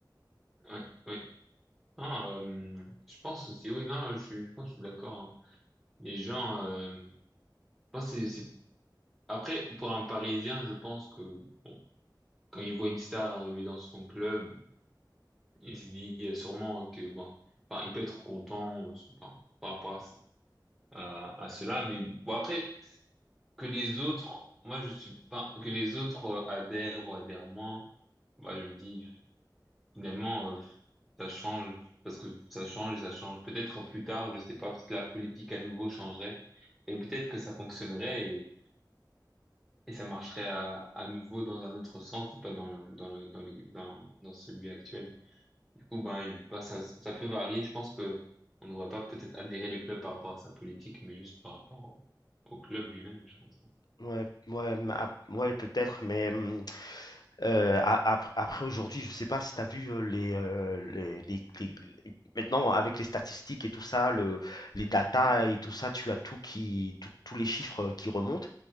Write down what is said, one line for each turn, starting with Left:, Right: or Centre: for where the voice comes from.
Centre: ouais, oui. Non, euh, je pense aussi, oui, non, je suis, je pense que je suis d'accord. hein. Les gens, euh, je pense que c'est, c'est- après, pour un Parisien, je pense que, bon, quand il voit une star arriver dans son club, il se dit euh, sûrement que bon, enfin, il peut être content euh, enfin, par rapport à, ce- à, à cela, mais bon après que les autres, moi je suis pas que les autres euh, adhèrent ou adhèrent moins, moi je me dis finalement euh, ça change parce que ça change et ça change. Peut-être plus tard, je sais pas, peut-être la politique à nouveau changerait et peut-être que ça fonctionnerait et, et ça marcherait à, à nouveau dans un autre sens, et pas dans le, dans le, dans le, dans, dans celui actuel. Du coup, ben, je- ben, ça, ça peut varier. Je pense que on ne devrait pas peut-être adhérer le club par rapport à sa politique, mais juste par rapport au, au club lui-même, je pense.
Left: Ouais, ouais, ma- ouais, peut-être, mais hum, Euh, a- ap- après, aujourd'hui, je ne sais pas si tu as vu euh, les, euh, les- les- les- les- Maintenant, avec les statistiques et tout ça, le, les datas
Centre: Mhm.
Left: et tout ça, tu as tout qui, tout- tous les chiffres euh, qui remontent.